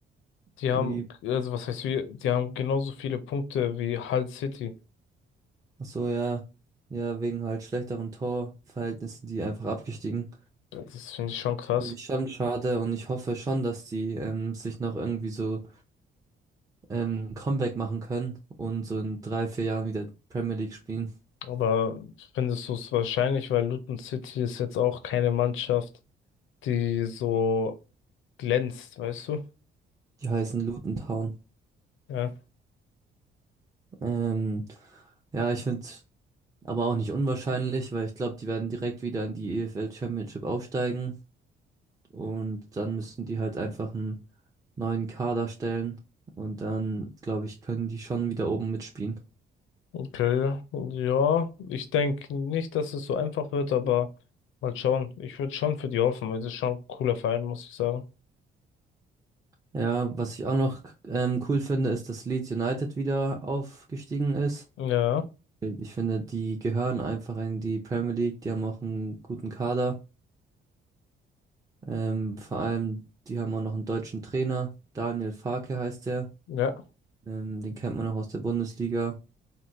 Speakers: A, on the left (about 80°); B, on the right (about 20°).
A: die
B: wie,
A: haben, also was heißt wie, die haben genauso viele Punkte wie Hull City.
B: ach so, ja, ja, wegen halt schlechteren Torverhältnissen, die einfach abgestiegen.
A: Das finde ich schon krass.
B: Finde ich schon schade und ich hoffe schon, dass die ähm, sich noch irgendwie so ähm, Comeback machen können und so in drei, vier Jahren wieder Premier League spielen.
A: Aber findest du es wahrscheinlich, weil Luton City ist jetzt auch keine Mannschaft, die so glänzt, weißt du?
B: Die heißen Luton Town.
A: Ja.
B: Ähm, ja, ich finde es aber auch nicht unwahrscheinlich, weil ich glaube, die werden direkt wieder in die EFL Championship aufsteigen und dann müssen die halt einfach einen neuen Kader stellen und dann, glaube ich, können die schon wieder oben mitspielen.
A: Okay, ja, ich denke nicht, dass es so einfach wird, aber mal schauen. Ich würde schon für die hoffen, weil das ist schon ein cooler Verein, muss ich sagen.
B: Ja, was ich auch noch ähm, cool finde, ist, dass Leeds United wieder aufgestiegen ist.
A: Ja,
B: Ich finde, die gehören einfach in die Premier League, die haben auch einen guten Kader. Ähm, vor allem, die haben auch noch einen deutschen Trainer, Daniel Farke heißt der.
A: ja,
B: Ähm, den kennt man auch aus der Bundesliga.